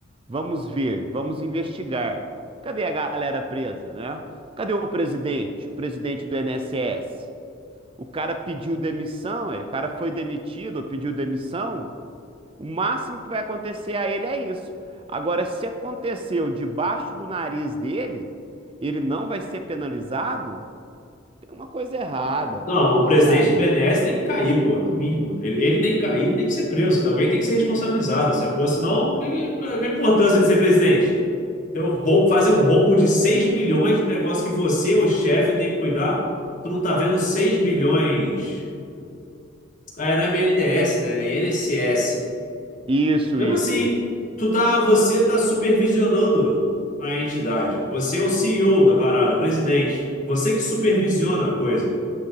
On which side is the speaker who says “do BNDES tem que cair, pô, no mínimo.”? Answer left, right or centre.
Left